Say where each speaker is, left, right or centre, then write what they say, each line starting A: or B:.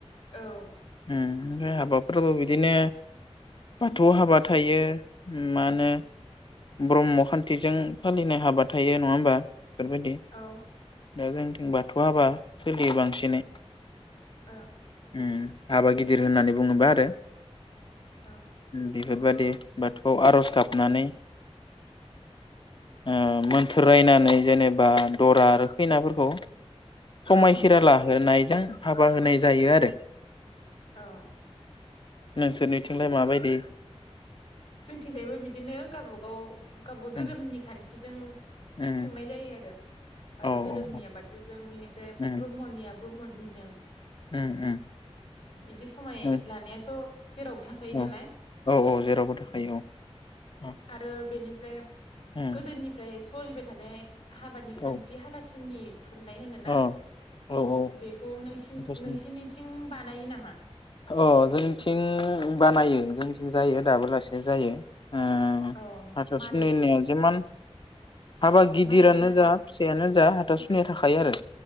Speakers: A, on the left (about 75°); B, on the left (about 45°).
A: औ
B: ओमफाय हाबाफोराबो बिदिनो बाथौ हाबा थायो मा होनो ब्रह्म खान्थिजों फालिनाय हाबा थायो नङा होमबा? बेफोरबायदि
A: औ
B: दा जों जों बाथौ हाबा सोलियो बांसिनै
A: ओं
B: उम हाबा गिदिर होननानै बुङोबा आरो।
A: औ
B: बेफोरबादि बाथौआव आर'ज गाबनानै उं मोन थोर रायनानै जेनेबा दरा आरो खैनाफोरखौ समायखिरा
A: औ
B: लाहोनायजों हाबा होनाय जायो आरो।
A: औ
B: नोंसोरनिथिंलाय माबायदि?
A: जोंथिं जायबो बिदिनो गावबागाव गाव गाव दोरोमनि
B: उम
A: खान्थिजों
B: उम
A: खुंनाय जायो आरो। बाथौ
B: औ
A: धोरोमनिया
B: औ
A: बाथौजों बिनि फ्राइ
B: उम
A: ब्रह्मनिया ब्रह्मदनिजों
B: उम उम
A: इदि समाय
B: उम
A: लानायाथ' जेरावबो थाखायो नालाय।
B: औ औ जेरावबो थाखायो
A: औ
B: औ
A: आरो बेनि फ्राय
B: उम
A: गोदोनिफ्राय सलिबाय थानाय हाबानि खान्थि
B: औ
A: हाथा सुनि खुरनाय होनोना
B: औ औ औ
A: बेखौ नोंसि-नोंसिनिथिं
B: हाथासुनि
A: बानायो नामा?
B: अ जोंथिं बानायो जोंथिं जायो दाबोलासि जायो। ओ
A: अ
B: हाथा
A: मारै
B: सुनिनिया जेमान हाबा गिदिरानो
A: मारै मारै
B: जा फिसायानो जा हाथासुनिया थाखायायो आरो